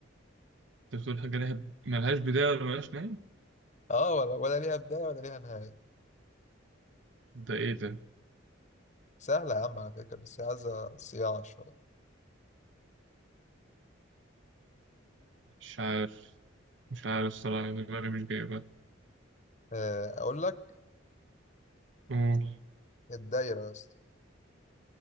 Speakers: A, on the right; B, on the left.
A: انت بتقول حاجة لها ملهاش بداية ولا ملهاش نهاية
B: اه ولا ولا ليها بداية ولا ليها نهاية
A: ده ايه ده
B: سهلة يا عم على فكرة بس عايزة صياعة شوية
A: مش عارف مش عارف الصراحة يعني دماغي مش جايبها
B: آه، أقول لك
A: قول
B: الدايرة يا اسطى